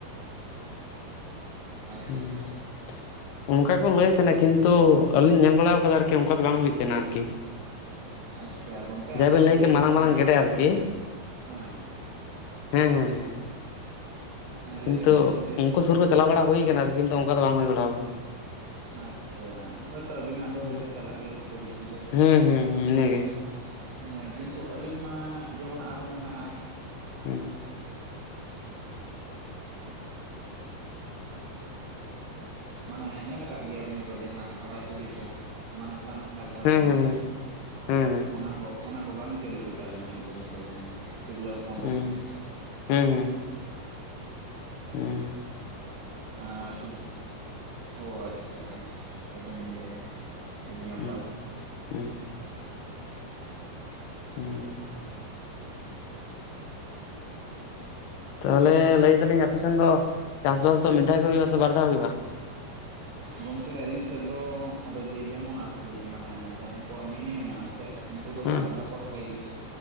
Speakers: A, on the right (about 75°); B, on the left (about 75°).
A: ᱟᱪᱪᱷᱟ
B: ᱦᱩᱸ ᱾ ᱚᱱᱠᱟ ᱠᱚ ᱞᱟᱹᱭ ᱛᱟᱦᱮᱱᱟ ᱠᱤᱱᱛᱩ ᱟᱹᱞᱤᱧ ᱧᱮᱞ ᱵᱟᱲᱟ ᱟᱠᱟᱫᱟ ᱟᱨᱠᱤ ᱚᱱᱠᱟ ᱫᱚ ᱵᱟᱝ ᱦᱩᱭᱴᱩᱜ ᱛᱟᱦᱮᱱᱟ ᱟᱨᱠᱤ ᱾
A: ᱟᱪᱪᱷᱟ ᱜᱚᱝᱠᱮ
B: ᱡᱟᱦᱟᱸᱭ
A: ᱟᱫᱚ
B: ᱵᱮᱱ ᱞᱟᱹᱭ
A: ᱡᱮ
B: ᱠᱮᱜ
A: ᱡᱮᱢᱚᱱ
B: ᱢᱟᱨᱟᱝ ᱢᱟᱨᱟᱝ ᱜᱮᱰᱮ ᱟᱨᱠᱤ ᱾
A: ᱦᱮᱸ
B: ᱦᱮᱸ ᱦᱮᱸ ᱦᱮᱸ ᱾
A: ᱦᱮᱸ
B: ᱠᱤᱱᱛᱩ
A: ᱞᱟᱹᱭᱵᱤᱱ ᱪᱮᱫ ᱵᱤᱱ ᱞᱟᱹᱭᱫᱟ
B: ᱩᱱᱠᱩ ᱥᱩᱨ ᱠᱚ ᱪᱟᱞᱟᱣ ᱵᱟᱲᱟ ᱦᱩᱭ ᱟᱠᱟᱱᱟ ᱟᱨ ᱠᱤᱱᱛᱩ ᱚᱱᱠᱟ ᱫᱚ ᱵᱟᱝ ᱦᱩᱭ ᱵᱟᱲᱟᱣ ᱟᱠᱟᱱᱟ ᱾
A: ᱟᱪᱷᱟ ᱦᱳᱭᱛᱳ ᱟᱵᱤᱱᱟᱜ ᱫᱚ
B: ᱦᱮᱸ
A: ᱦᱳᱭᱛᱳ ᱪᱟᱞᱟᱜ ᱜᱮᱭᱟ ᱡᱷᱚᱛᱚ ᱠᱤᱪᱷᱩ ᱜᱮ
B: ᱦᱮᱸ ᱦᱮᱸ
A: ᱤᱱ
B: ᱤᱱᱟᱹᱜᱮ
A: ᱦᱮᱸ ᱠᱤᱱᱛᱩ ᱟᱹᱞᱤᱧ ᱢᱟ ᱡᱮᱢᱚᱱ ᱟᱨᱦᱚᱸ ᱢᱮᱱᱟᱜᱼᱟ ᱾
B: ᱦᱮᱸ ᱾
A: ᱢᱟᱱᱮ ᱧᱮᱞ ᱟᱠᱟᱫ ᱜᱮᱭᱟ ᱵᱤᱱ ᱛᱚ ᱡᱟᱦᱟᱸ ᱥᱟᱫᱟ ᱪᱩᱲᱤ ᱠᱚ ᱢᱟᱱᱮ ᱥᱟᱱ ᱠᱷᱟ ᱡᱟᱦᱟᱸ
B: ᱦᱮᱸ
A: ᱠᱚ ᱞᱟᱹᱭ
B: ᱦᱮᱸ
A: ᱟᱠᱟᱫᱟ
B: ᱦᱮᱸ ᱦᱮᱸ
A: ᱚᱱᱟ ᱠᱚ ᱚᱱᱟ ᱵᱟᱝ ᱪᱟᱹᱞᱩᱜ ᱜᱮᱛᱟᱞᱤᱧᱟ ᱟᱹᱞᱤᱧ ᱫᱚ ᱢᱟᱱᱮ ᱛᱤᱨᱞᱟᱹ ᱦᱚᱯᱚᱱ ᱞᱟᱹᱜᱤᱫ
B: ᱦᱮᱸ
A: ᱫᱚ
B: ᱦᱮᱸ ᱦᱮᱸ ᱾ ᱦᱩᱸ ᱾
A: ᱟᱻ ᱛᱚ ᱚ-ᱟᱪᱷᱟ ᱾ ᱟᱹᱵᱤᱱ ᱤᱭᱟᱹ ᱟᱹᱰᱤ ᱱᱟᱯᱟᱭ
B: ᱦᱮᱸ
A: ᱾
B: ᱦᱮᱸ ᱾ ᱦᱩᱸ ᱾ ᱛᱟᱦᱚᱞᱮ ᱞᱟᱹᱭ ᱮᱫᱟᱞᱤᱧ ᱟᱯᱮᱥᱮᱱ ᱫᱚ ᱪᱟᱥᱵᱟᱥ ᱫᱚ ᱢᱤᱫ ᱫᱷᱟᱣ ᱜᱮ ᱦᱩᱭᱩᱜᱼᱟ ᱥᱮ ᱵᱟᱨ ᱫᱷᱟᱣ ᱦᱩᱭᱩᱜᱼᱟ?
A: ᱜᱚᱝᱠᱮ ᱟᱞᱤᱧ ᱥᱮᱫ ᱫᱚ ᱟᱫᱚ ᱡᱮ ᱡᱮᱢᱚᱱ ᱟᱨᱠᱤ ᱢᱟᱱᱮ ᱡᱟᱦᱟᱸᱭ ᱠᱚᱣᱟᱜ ᱢᱤᱱᱤ ᱢᱮᱱᱟᱜ ᱟᱥᱮ ᱩᱱᱠᱩ ᱫᱚ
B: ᱦᱮᱸ
A: ᱵᱟᱨ ᱫᱷᱟᱣ ᱠᱚ ᱨᱚᱦᱚᱭ ᱜᱮᱭᱟ᱾